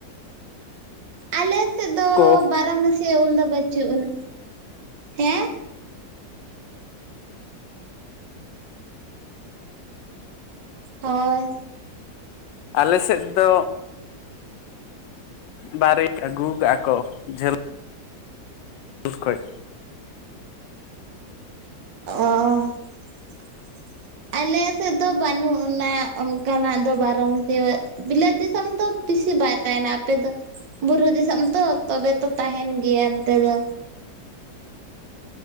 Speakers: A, on the right; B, on the left.
A: ᱟᱞᱮ ᱥᱮᱫ ᱫᱚ
B: ᱠᱚ
A: ᱵᱟᱨᱢᱟᱥᱤᱭᱟ ᱩᱞ ᱫᱚ ᱵᱟᱹᱪᱩᱜ ᱟᱱᱟ, ᱦᱮᱸ ᱦᱳᱭ᱾
B: ᱟᱞᱮ ᱥᱮᱫ ᱫᱚ ᱵᱟᱨᱮᱛ ᱟᱹᱜᱩ ᱠᱟᱜᱼᱟ ᱠᱚ ᱡᱷᱟᱹᱞ <inaudible>
A: ᱚ ᱾ ᱟᱞᱮ ᱥᱮᱫ ᱫᱚ ᱵᱟᱹᱱᱩᱜ ᱟᱱᱟ ᱚᱱᱠᱟᱱᱟᱜ ᱫᱚ ᱵᱟᱨᱚᱢᱟᱹᱥᱤᱭᱟᱹ ᱵᱤᱞᱟᱹᱛ ᱫᱤᱥᱚᱢ ᱫᱚ ᱵᱮᱥᱤ ᱵᱟᱭ ᱛᱟᱦᱮᱱᱟ ᱟᱯᱮ ᱫᱚ ᱵᱩᱨᱩ ᱫᱤᱥᱚᱢ ᱛᱚ ᱛᱚᱵᱮ ᱛᱚ ᱛᱟᱦᱮᱱ ᱜᱮᱭᱟ ᱚᱱᱛᱮ ᱫᱚ᱾